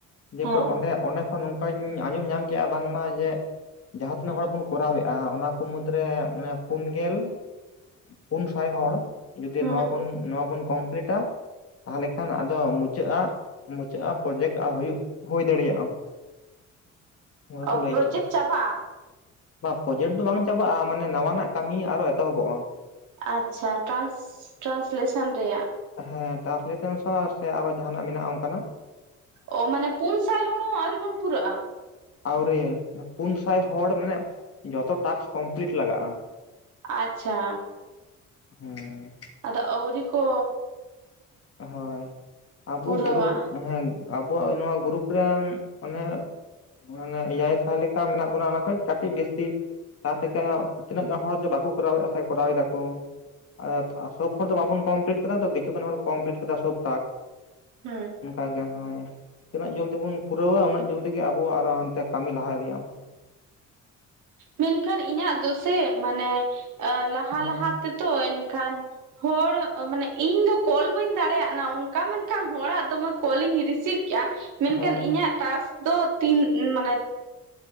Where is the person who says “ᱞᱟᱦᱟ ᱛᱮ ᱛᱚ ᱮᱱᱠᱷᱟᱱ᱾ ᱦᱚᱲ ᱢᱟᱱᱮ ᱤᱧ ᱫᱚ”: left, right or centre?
Right